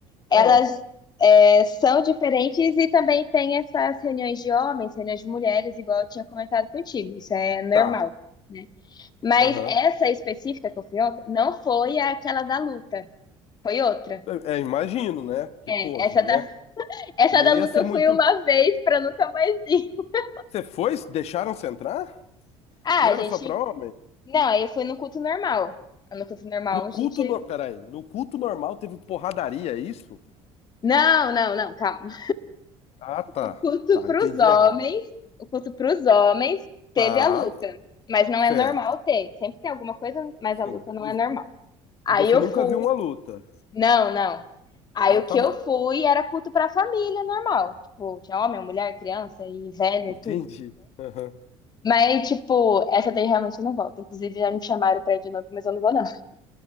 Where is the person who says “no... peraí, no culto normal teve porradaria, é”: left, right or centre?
Left